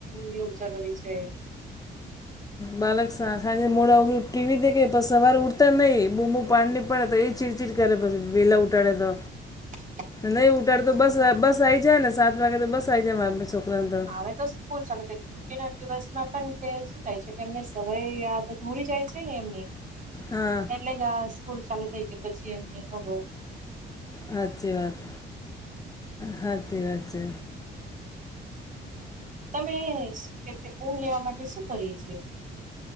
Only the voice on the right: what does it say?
લેવું જરૂરી છે.
<inaudible>
હ તો સ્કૂલ ચાલ તે. છુી ના દિવસમાં પણ તે શું થાય છે એમને સવાય આયાદત મડી જાય છે ને એમ.
એટલે જ આ સ્કૂલ ચાલુ થઈ કે પછી એમને તો બ
તમે શ કે ઊંઘ લેવા માટે શું કરી છે?